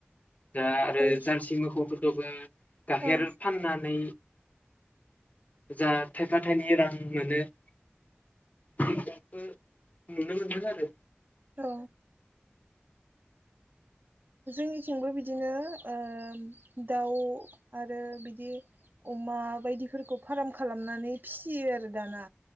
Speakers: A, on the left (about 40°); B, on the right (about 50°).
A: दा आरो
B: औ
A: जारसि मोखौफोर <unintelligible> गाइखेर
B: औ
A: फाननानै जा थायफा थाइनै रां मोनो थिगाबो नुनो मोनदों आरो
B: औ जोंनिथिंबो बिदिनो ओ दाउ आरो बिदि अमा बायदिफोरखौ फार्म खालामनानै फिसियो आरो दाना